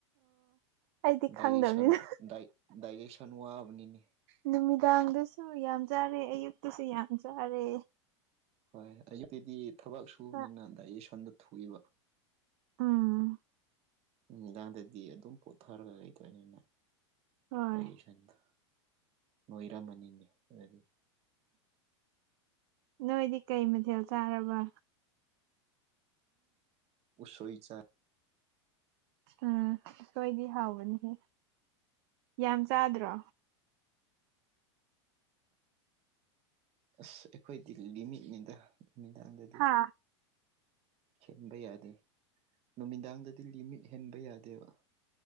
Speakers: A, on the right (about 60°); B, on the right (about 40°).
A: ꯑꯣ ꯑꯩꯗꯤ
B: ꯗꯥꯏꯔꯦꯛꯁꯟ
A: ꯈꯪꯗꯕꯅꯤꯅ
B: ꯗꯥꯏꯔꯦꯛꯁꯟ ꯋꯥꯕꯅꯤꯅꯦ
A: ꯅꯨꯃꯤꯗꯥꯡꯗꯁꯨ ꯌꯥꯝ ꯆꯥꯔꯦ ꯑꯌꯨꯛꯇꯁꯨ ꯌꯥꯝ ꯆꯥꯔꯦ
B: ꯍꯣꯏ ꯑꯌꯨꯛꯇꯀꯤꯗꯤ ꯊꯕꯛ ꯁꯨꯕꯅꯤꯅ
A: ꯆꯥꯛ
B: ꯗꯥꯏꯖꯦꯁꯟꯗ ꯊꯣꯛꯏꯕ
A: ꯑꯥ
B: ꯅꯨꯃꯤꯗꯥꯡꯗꯗꯤ ꯑꯗꯨꯝ ꯄꯣꯊꯔꯒ ꯂꯩꯗꯣꯏꯅꯤꯅ
A: ꯍꯣꯏ
B: ꯂꯥꯏ ꯌꯦꯁꯟꯗ ꯅꯣꯏꯔꯝꯃꯅꯤꯅꯦ ꯑꯗꯨꯗꯤ
A: ꯅꯣꯏꯗꯤ ꯀꯩ ꯃꯊꯦꯜ ꯆꯥꯔꯕ
B: ꯎꯁꯣꯏ ꯆ
A: ꯎꯝ ꯁꯁꯣꯏꯗꯤ ꯍꯥꯎꯕꯅꯤꯍꯦ ꯌꯥꯝ ꯆꯥꯗ꯭ꯔꯣ
B: ꯑꯁ ꯑꯩꯈꯣꯏꯗꯤ ꯅꯨꯃꯤꯠꯃꯤꯗꯥꯡ ꯅꯨꯃꯤꯗꯥꯡꯗꯗꯤ
A: ꯍꯥ
B: ꯍꯦꯟꯕ ꯌꯥꯗꯦ ꯅꯨꯃꯤꯗꯥꯡꯗꯗꯤ ꯂꯤꯃꯤꯠ ꯍꯦꯟꯕ ꯌꯥꯗꯦꯕ